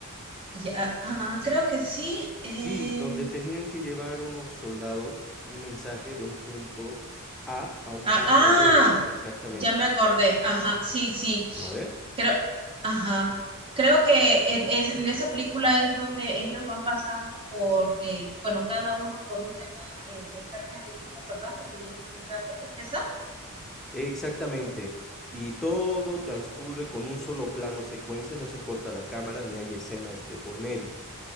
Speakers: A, on the right; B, in the centre.
A: ya, ah, creo que sí. eh,
B: Sí, donde tenían que llevar unos soldados un mensaje de un punto A a un
A: ah,
B: punto
A: ah,
B: B, exactamente.
A: ya me acordé. Ajá, sí, sí.
B: ¿No ve?
A: Creo, ajá. Creo que en, es- en esa película es donde ellos van pasando por, eh, bueno, cada uno por un tema eh, de pérdida de vida, ¿verdad? Hasta que llegue el mensaje, ¿es esa?
B: Exactamente. Y todo transcurre con un solo plano secuencia, no se corta la cámara ni hay escenas de por medio.